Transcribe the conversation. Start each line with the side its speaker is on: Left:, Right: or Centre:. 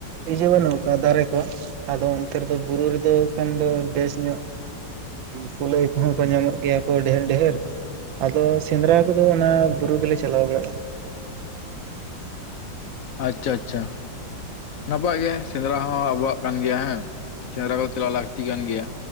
Right: ᱤᱭᱟᱹ ᱵᱟᱹᱱᱩᱜᱠᱟᱼᱟ ᱫᱟᱨᱮ ᱠᱚ ᱟᱫᱚ ᱚᱱᱛᱮ ᱨᱮᱫᱚ ᱵᱩᱨᱩ ᱨᱮᱫᱚ ᱠᱷᱟᱱ ᱫᱚ ᱵᱮᱥ ᱧᱚᱜ ᱠᱩᱞᱟᱹᱭ ᱠᱚᱦᱚᱸ ᱠᱚ ᱧᱟᱢᱚᱜ ᱜᱮᱭᱟ ᱠᱚ ᱰᱷᱮᱨ ᱰᱷᱮᱨ ᱟᱫᱚ ᱥᱮᱸᱫᱽᱨᱟ ᱠᱚᱫᱚ ᱚᱱᱟ ᱵᱩᱨᱩ ᱜᱮᱞᱮ ᱪᱟᱞᱟᱣ ᱵᱟᱲᱟᱜᱼᱟ
Left: ᱟᱪᱪᱷᱟ ᱟᱪᱪᱷᱟ ᱱᱟᱯᱟᱭ ᱜᱮ ᱥᱮᱸᱫᱽᱨᱟ ᱦᱚᱸ ᱟᱵᱚᱣᱟᱜ ᱠᱟᱱ ᱜᱮᱭᱟ ᱦᱮᱸ ᱥᱮᱸᱫᱽᱨᱟ ᱫᱚ ᱪᱞᱟᱣ ᱞᱟᱹᱠᱛᱤ ᱠᱟᱱ ᱜᱮᱭᱟ